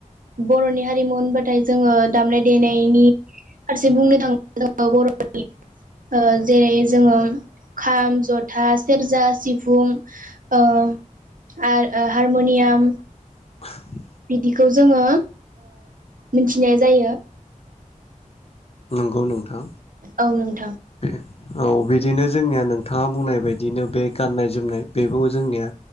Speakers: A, on the right; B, on the left.
A: बर'नि- हारिमु होनबाथाय जोङो दामनाय देनायनि- फारसे बुंनो थाङोब्ला जोङो बर'नि जेरै जोङो खाम जथा सेरजा सिफुं ओ आरो हारमनियाम
B: <inaudible>
A: बिदिखौ जोङो मिथिनाय जायो
B: नंगौ नोंथां
A: औ नों -
B: बे औ बे- बिदिनो जोंनिया नों- नोंथाङा बुंनाय बायदिनो बे गाननाय जोमनाय बेबौ जोंनिया